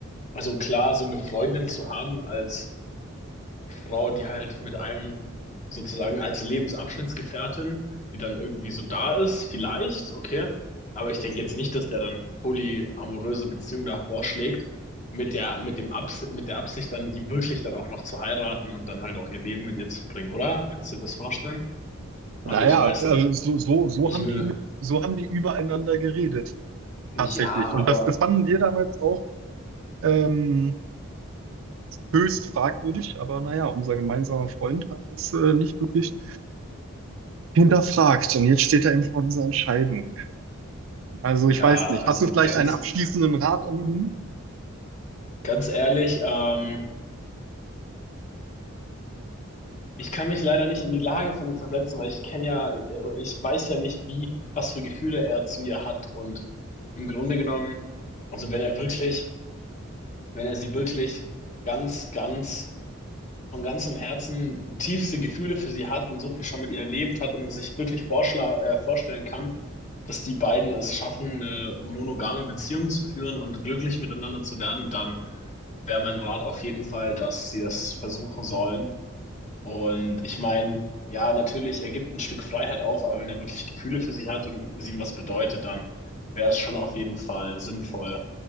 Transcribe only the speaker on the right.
Naja,
also
so, so, so
haben
die mit, so haben die übereinander geredet,
tatsächlich.
Und das, das fanden wir damals auch ähm, höchst fragwürdig, aber naja, unser gemeinsamer Freund hat es äh, nicht wirklich hinterfragt. Und jetzt steht er eben vor dieser Entscheidung. Also
ich weiß nicht.
Hast du vielleicht
einen abschließenden Rat an ihn?